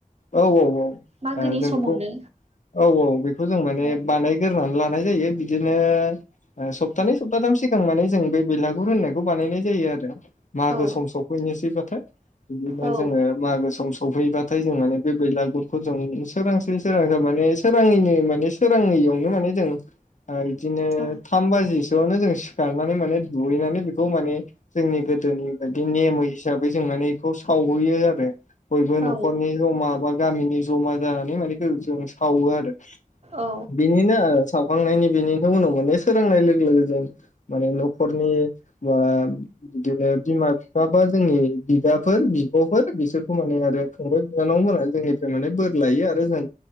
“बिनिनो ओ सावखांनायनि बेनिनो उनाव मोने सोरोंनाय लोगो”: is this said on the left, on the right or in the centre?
Left